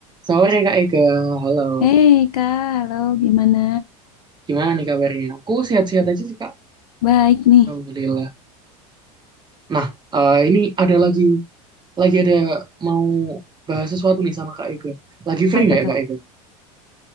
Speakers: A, on the right (about 25°); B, on the left (about 80°).
A: Sore Kak Ega, halo.
B: Hei Kak, halo gimana?
A: Gimana nih kabarnya? Aku sehat-sehat aja sih Kak,
B: Baik nih.
A: Alhamdulillah. Nah, eh, ini ada lagi, lagi ada mau bahas sesuatu nih sama Kak Ega. Lagi free
B: Apa
A: nggak
B: tuh?
A: ya Kak Ega?